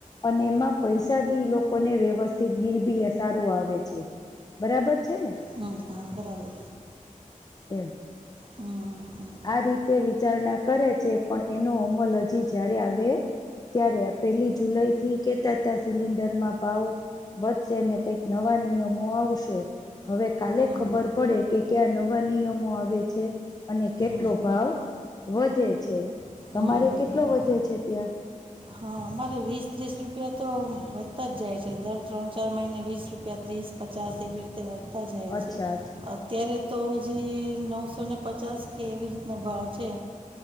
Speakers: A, on the left; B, on the right.
A: અને એમાં પૈસા બી લોકો ને વ્યવસ્થિત બિલ બી સારું આવે છે બરાબર છે
B: હમ્મ હા બરાબર
A: તેમ
B: હમ હમ
A: આ રીતે તે વિચારણા કરે છે પણ એનો અમલ હજી જ્યારે આવે ત્યારે પેલી જુલાઈ થી કેતા હતા સિલિન્ડરમાં ભાવ વધશે ને કઈક નવા નિયમો આવશે હવે કાલે
B: હમ
A: ખબર પડે કે ક્યા નવા નિયમો આવે છે અને કેટલો
B: હમ
A: ભાવ વધે છે તમારે
B: હમ હમ હમ
A: કેટલો વધે છે ત્યાં
B: હા અમારે વીસ ત્રીસ રૂપિયા તો વધતા જ જાય છે દર ત્રણ ચાર મહિને વીસ રૂપિયા બીસ પચાસ એ બી જાય
A: અચ્છા
B: છે
A: અચ્છા
B: અત્યારે તો હજી નવસોને પચાસ કે એવી રીતનો ભાવ છે